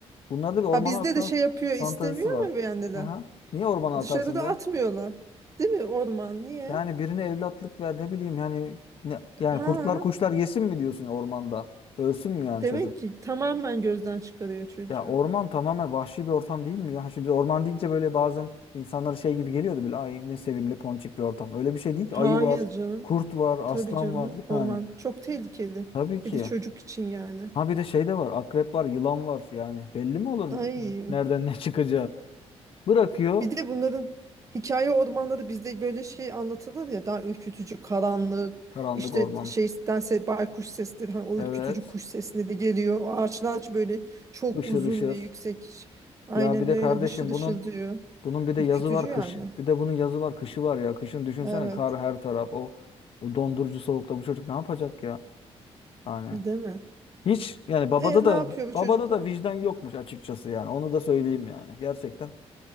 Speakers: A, on the left; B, on the right.
A: Bunlarda bir ormana
B: Ha bizde
A: atma
B: de şey yapıyor istemiyor
A: fantazisi var.
B: ama üvey anneler.
A: Aha. Niye ormana atarsın
B: Dışarıda
A: be?
B: atmıyorlar. Değil mi orman niye?
A: Yani birine evlatlık ver ne bileyim yani ne, yani
B: Ha
A: kurtlar kuşlar yesin mi diyorsun ormanda? Ölsün mü yani
B: demek
A: çocuk?
B: ki tamamen gözden çıkarıyor çocuğu.
A: Ya orman tamamen vahşi bir ortam değil mi ya? Şimdi biz orman deyince böyle bazen insanlara şey gibi geliyordu böyle ay ne sevimli ponçik bir ortam. Öyle bir şey değil ki.
B: Hayır
A: Ayı var,
B: canım.
A: kurt var, aslan
B: Tabii canım.
A: var <laughs>
B: Orman
A: yani.
B: çok tehlikeli.
A: Tabii ki.
B: Bir de çocuk için yani.
A: Ha bir de şey de var. Akrep var, yılan var yani. Belli mi olur
B: Ay.
A: nereden ne çıkacağı? Bırakıyor
B: Bir de bunların hikaye ormanda da bizde böyle şey anlatılır ya daha ürkütücü karanlık
A: karanlık
B: işte
A: orman.
B: şeydense baykuş sesleri hani o
A: Evet.
B: ürkütücü kuş sesleri geliyor. O ağaçlar böyle çok
A: Işır
B: uzun
A: ışır.
B: ve yüksek aynen
A: Ya bir de
B: öyle
A: kardeşim
B: hışır hışır
A: bunun
B: diyor.
A: Bunun bir de
B: Ürkütücü
A: yazı var
B: yani.
A: kışı. Bir de bunun yazı var kışı var ya. Kışın düşünsene
B: Evet.
A: kar her taraf. O, o dondurucu soğukta bu çocuk ne yapacak ya? Yani
B: Değil mi?
A: hiç yani babada
B: E
A: da
B: ne yapıyor bu
A: babada
B: çocuklar?
A: da vicdan yokmuş açıkçası yani. Onu da söyleyeyim yani. Gerçekten